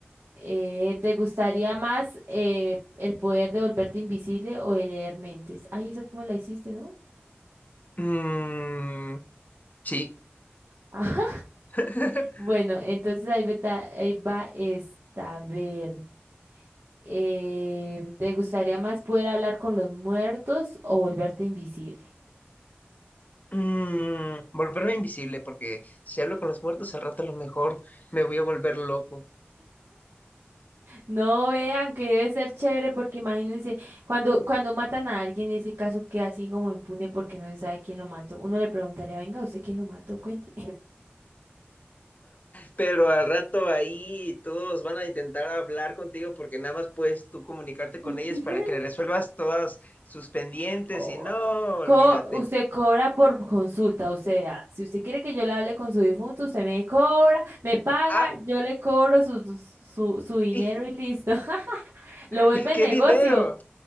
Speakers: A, on the right; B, on the left.
A: Eh, ¿te gustaría más eh, el poder de volverte invisible o el leer mentes? Ay, esa tú me la hiciste, ¿no?
B: Mm, sí.
A: <laughs> Ajá.
B: <laughs>
A: Bueno, entonces ahí va, ahí va esta. A ver. Eh, ¿te gustaría más poder hablar con los muertos o volverte invisible?
B: Mm, volverme invisible, porque si hablo con los muertos al rato a lo mejor me voy a volver loco.
A: No, vean aunque debe ser chévere porque imagínense, cuando, cuando matan a alguien y ese caso queda así como impune porque no se sabe quién lo mató, uno le preguntaría, venga, ¿usted quién lo mató? Cuente.
B: Pero al rato ahí todos van a intentar hablar contigo porque nada más puedes tú comunicarte con
A: <laughs>
B: ellas para que le resuelvas todas sus pendientes
A: O,
B: y no,
A: ah,
B: olvídate.
A: co- usted cobra por consulta, o sea, si usted quiere que yo le hable con su difunto, usted me cobra, me paga,
B: Ah,
A: yo le cobro su, su, su
B: <laughs>
A: dinero
B: y-
A: y listo. <laughs> Lo
B: ay,
A: vuelve
B: qué
A: negocio.
B: dinero.